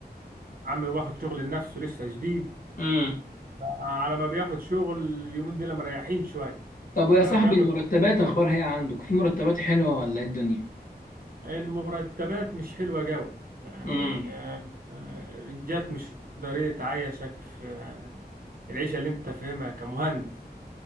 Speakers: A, on the right (about 55°); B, on the left (about 50°).
A: عم واخد شغل لنفسه لسه جديد
B: امم
A: على ما بياخد شغل اليومين دول مريحين شوية
B: طب ويا
A: على
B: صاحبي
A: ما بياخد
B: المرتبات اخبارها ايه عندك في مرتبات حلوه ولا ايه الدنيا
A: المرتبات مش حلوة جوي يعني
B: امم
A: آه، آه، رنجات مش قادر يتعايشك في آه، العيشة اللي انت فاهمها كمهندس